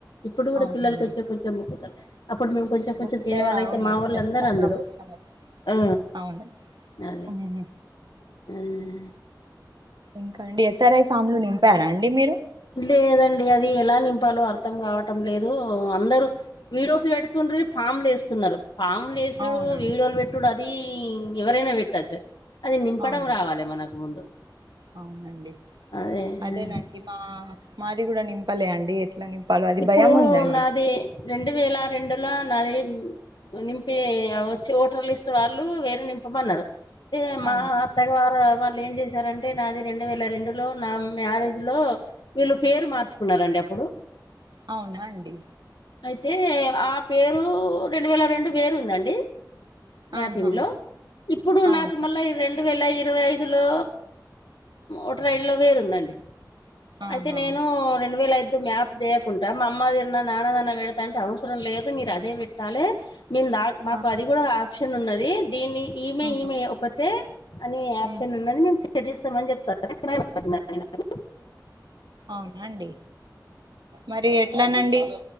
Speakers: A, on the left (about 80°); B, on the right (about 65°).
A: ఇప్పుడు గూడ
B: అవునండి
A: పిల్లలు కొంచెం కొంచెం బుక్కుతరు అప్పుడు మేము కొంచెం కొంచం
B: బుక్కుతే
A: కొంచం తినే వాళ్లయితే
B: అవునండి
A: మావోళ్లందరు
B: ఖచ్చితంగా
A: అందురు
B: వర్షం వస్తుంది.
A: ఆ
B: అవును
A: అదే
B: ఉహు.
A: అవును
B: ఇంకా అండి ఎస్ఆర్ఐ ఫామ్లు నింపారా అండి మీరు
A: లేదండి అది ఎలా నింపాలో అర్థం కావటం లేదు అందరూ వీడియోస్ పెడుతుండ్రి ఫామ్లు ఏస్తున్నారు పామ్లేస్ సుడు
B: అవునండి
A: వీడియోలు పెట్టుడు అది ఎవరైనా పెట్టచ్చు అది నింపడం
B: అవును
A: రావాలె మనకు ముందు
B: అవునండి
A: అదే
B: అదేనండి మా మాది గూడ నింపలే అండి ఎట్ ఎట్ల నింపాలో అది
A: ఇప్పుడు
B: భయం ఉందండి
A: నాది రెండు వేల రెండుల నాది నింపి వచ్చి ఓటర్ లిస్ట్ వాళ్ళు వేరే నింపమన్నరు ఇగ మా
B: అవునా
A: త్తగ వారు వాళ్ళు ఏం చేశారంటే నాది రెండు వేల రెండు లో నా మ్యారేజ్ లో వీళ్ళు పేరు మార్చుకున్నరండి అప్పుడు
B: అవునా అండి
A: అయితే ఆ పేరు రెండు వేల రెండు వేరు ఉందండి మ్యాపింగ్
B: ఆహా
A: లో ఇప్పుడు
B: అవును
A: నాకు మళ్ళా వెన్ డు వేల ఇరవై ఐదు లో ఓటర్ ఐ డి లో వేరుందండి
B: ఆహా
A: అయితే నేను రెండు వేల ఐద్ది మ్యాప్ జేయక్ కుంటా మా అమ్మదిన్న నాన్నదన్న పెడతా అంటే అవసరం లేదు మీరదే పెట్టాలే మేము దా మాకు
B: ఆ,
A: అది గూడ ఆప్షన్ ఉన్నది దీన్ని ఈమే
B: ఆ.
A: ఈమే ఒక్కతే అనే ఆప్షన్
B: ఉమ్
A: ఉన్నది మేము సెట్ చేస్తమని చెప్తా <unintelligible>
B: అవునా అండి మరి ఎట్లనండి